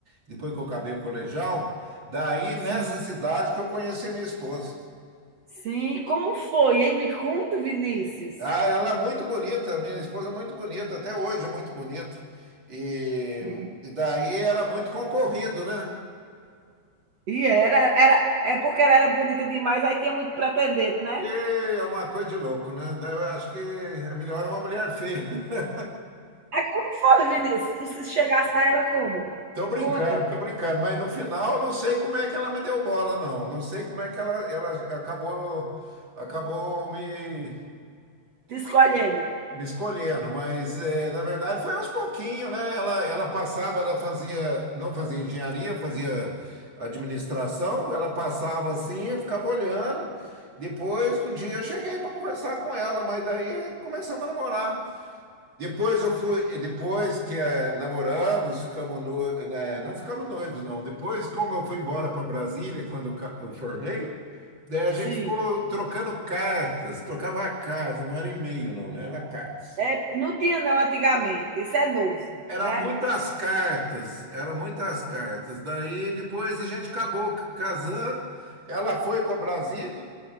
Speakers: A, on the right; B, on the right.
A: depois que eu acabei o colegial, daí
B: Sim.
A: nessa cidade que eu conheci minha esposa.
B: Sim, como foi, hein? Me conta, Vinícius.
A: Ah, ela é muito bonita, minha esposa é muito bonita, até hoje é muito bonita. E,
B: Sim.
A: e daí era muito concorrido, né?
B: E era, era, é porque ela era bonita demais, aí tinha muito pretendente, né?
A: E é uma coisa de louco, né? Daí eu acho que é melhor uma mulher feia. né?
B: Aí como foi, Vinícius? Tu se chegasse a ela como?
A: Tô brincando,
B: Conta.
A: tô brincando, mas no final eu não sei como é que ela me deu bola, não. Não sei como é que ela, ela acabou, acabou me,
B: Te escolhendo.
A: me escolhendo, mas é, na verdade foi aos pouquinhos, né? Ela, ela passava, ela fazia, não fazia engenharia, fazia administração, ela passava assim, eu ficava olhando. Depois, um dia eu cheguei para conversar com ela, mas daí começamos a namorar. Depois eu fui, depois que eh, namoramos, ficamos no, né, não ficamos noivos, não. Depois, como eu fui embora para Brasília, quando eu, ca- eu formei, daí a
B: Sim.
A: gente ficou trocando cartas, trocava cartas, não era e-mail, não, né? Era cartas.
B: É, não tinha, não, antigamente. Isso é novo,
A: Era
B: né?
A: muitas cartas, era muitas cartas. Daí depois a gente acabou c- casando. Ela foi para Brasília